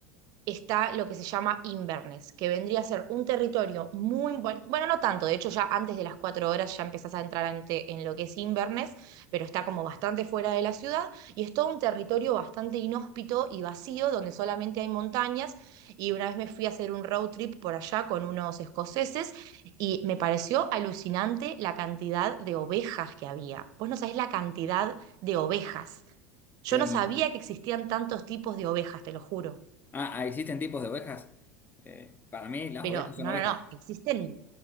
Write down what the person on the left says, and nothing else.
Qué bonito.
Ah, ah, existen tipos de ovejas. Eh, para mí las
ovejas son
ovejas,